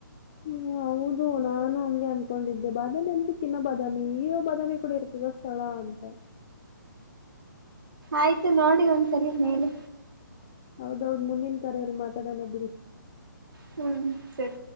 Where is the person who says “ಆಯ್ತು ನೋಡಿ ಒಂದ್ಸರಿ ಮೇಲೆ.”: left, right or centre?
Right